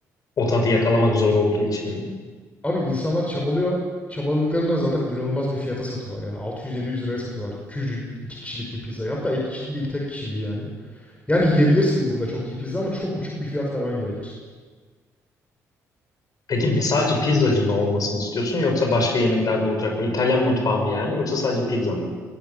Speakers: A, on the left; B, on the left.
A: o tadı yakalamak zor olduğu için mi?
B: Abi insanlar çabalıyor. Çabaladıklarını da zaten inanılmaz bir fiyata satıyorlar. Yani 600-700 liraya satıyorlar. Küçücük iki kişilik bir pizzayı. Hatta iki kişilik değil tek kişiliği yani. Yani yiyebilirsin burada çok iyi pizza ama çok uçuk bir fiyat vermen gerekir.
A: Peki sadece pizzacı mı olmasını istiyorsun yoksa başka yemekler de olacak mı? İtalyan mutfağı mı yani yoksa sadece pizza mı?